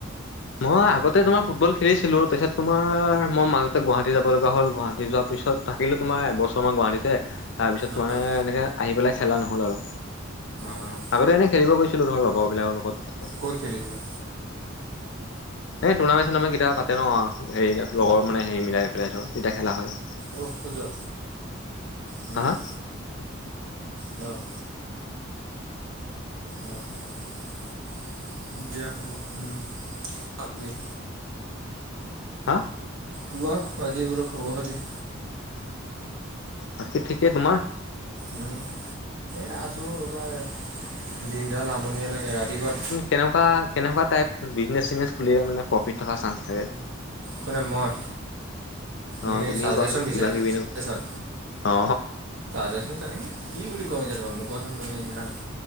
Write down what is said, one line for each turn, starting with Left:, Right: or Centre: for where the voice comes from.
Left: মই আগতে তোমাৰ ফুটবল খেলিছিলোঁ তাৰপিছত তোমাৰ, মই মাজতে গুৱাহাটী যাব লগা হ'ল গুৱাহাটী যোৱাৰ পিছত', থাকিলোঁ তোমাৰ এবছৰমান গুৱাহাটীতে', তাৰপিছত
Right: অঁ
Left: মানে এনেকে আহি পেলাই খেলা নহ'ল আৰু,
Right: অঁ
Left: আগতে এনেই খেলিব গৈছোঁ', খেলিলোঁ ধৰ লগৰবিলাক লগত ধৰ',
Right: ক'ত খেলিছিলা?
Left: হে', টুৰ্ণামেণ্ট- চুৰ্ণামেণ্ট কেতিয়াবা পাতে ন অহ', হেৰি যে লগৰ মানে হেৰি মিলাই পেলাই ধৰ তেতিয়া খেলা হয়',
Right: অহ', ক'ত যোৱা? উম',
Left: হা হা
Right: অহ', অহ', - অহ', দিয়া হ'ব, উম খোৱা গে',
Left: হাঁ',
Right: কোৱা বাকীবিলাক খবৰ খাতি?
Left: বাকী ঠিকেই তোমাৰ?
Right: উম', এ', আছোঁ ৰবা! দিনডাল আমনিয়ে লাগে ৰাতিপুৱা',
Left: কেনেকুৱা-কেনেকুৱা টাইপ বিজনেছ- চিজনেছ খুলিলে মানে প্ৰফিট থকা চান্স থাকে?
Right: কোনে মই,
Left: অ
Right: এনে
Left: তুমি
Right: চাজেশ্যন
Left: কোৱাচোন
Right: বিচাৰিছা
Left: কিবা কিবি
Right: চাজেশ্যন?
Left: নো অ
Right: চাজেশ্যন তেনেকে, কি বুলি কয় এতিয়া তোমাক মই কোচোন তুমি এতিয়া